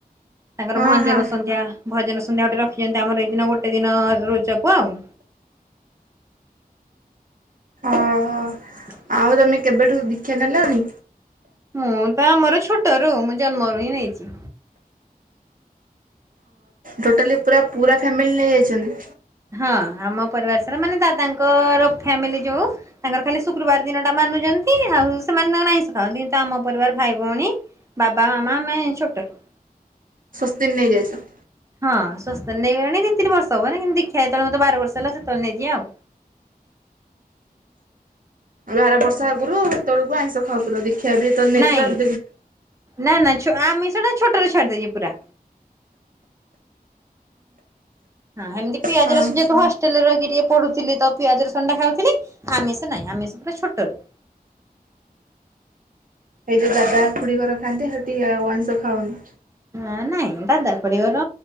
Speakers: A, on the right; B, on the right.
A: ତାଙ୍କର
B: ହଁ
A: ଭଞ୍ଜନ
B: ହଁ
A: ସନ୍ଧ୍ୟା ଭଜନ ସନ୍ଧ୍ୟା ଗୋଟେ ରଖିଚନ୍ତି ଆମର ଏଇ ଦିନ ଗୋଟେ ଦିନ ରୋଜା କୁ ଆଉ।
B: ଓହୋ
A: <inaudible>
B: ଆଉ ତୋମେ କେବେଠୁ ଦୀକ୍ଷା ନେଲଣି?
A: ମୁଁ ତ ଆମର ଛୋଟରୁ ମୁଁ ଜନ୍ମରୁ ହିଁ ନେଇଛି।
B: ଟୋଟାଲି ପୁରା ପୁରା ଫ୍ୟାମିଲି ନେଇଯାଇଛନ୍ତି?
A: ହଁ ଆମ ପରିବାର ସାରା ମାନେ ଦାଦାଙ୍କର ଫ୍ୟାମିଲି ଯୋଉ ତାଙ୍କର ଖାଲି ଶୁକ୍ରବାର ଦିନଟା ମାନୁଚନ୍ତି ଆଉ ସେମାନେ ତାଙ୍କର ଆଇଁଷ ଖାଆନ୍ତି। କିନ୍ତୁ ଆମ ପରିବାର ଭାଇ ଭଉଣୀ ବାବାା ମାମା ଆମେ ଛୋଟରୁ।
B: ଶସ୍ତି ନେଇଯାଇଚ?
A: ହଁ ଶସ୍ତି ନେଇଗଲେଣି ଦି ତିନିର୍ଷ ହବ ନା କିନ୍ତ ଦୀକ୍ଷା ଯେତବେଳେ ମୋତେ ବାର ବର୍ଷ ହେଲା ସେତଳେ ନେଇଚି ଆଉ।
B: ବାର ବର୍ଷ ଆଗରୁ ସେତବେଳକୁ ଆଇଁଷ ଖାଉଥିଲ ଦୀକ୍ଷା ବି ଯେତଳେ ନେଇଥିଲ
A: ନାଇଁ
B: <inaudible>
A: ନା ନା ଛ- ଆମିଷ ଟା ଛୋଟରୁ ଛାଡିଦେଇଚି ପୁରା। ହଁ ସେମିତି ପିଆଜ
B: ହଁ
A: ରସୁ ଯେହତୁ ହଷ୍ଟେଲ୍ ରେ ରହିକି ଟିକେ ପଢୁଥିଲେ ତ ପିଆଜ ରସୁଣ ଟା ଖାଉଥିଲି। ଆମିଷ ନାହିଁ ଆମିଷ ପୁରା ଛୋଟରୁ।
B: ଏଇ ଯୋଉ ଦାଦା ଖୁଡି ଘର ଖାଆନ୍ତେ ସେଠି ଆଉ ଆଇଁଷ ଖାଅନି?
A: ନା ନାଇଁ ଦାଦା ଖୁଡି ଘର